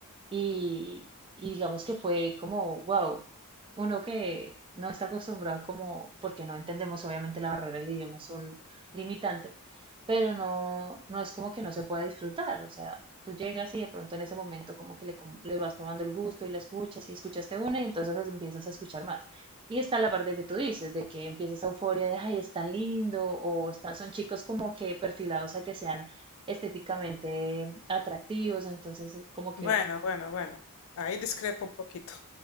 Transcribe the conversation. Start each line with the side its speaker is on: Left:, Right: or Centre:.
Right: Y, y digamos que fue como, wow, uno que no está acostumbrado como, porque no entendemos, obviamente la barrera del idioma es un limitante, pero no, no es como que no se pueda disfrutar, o sea, tú llegas y de pronto en ese momento como que le, com- le vas tomando el gusto y la escuchas y escuchaste una y entonces empiezas a escuchar más. Y está la parte que tú dices, de que empiezas a euforia de, ay, es tan lindo, o están, son chicos como que perfilados a que sean estéticamente atractivos, entonces como que
Left: Bueno, bueno, bueno. Ahí discrepo un poquito.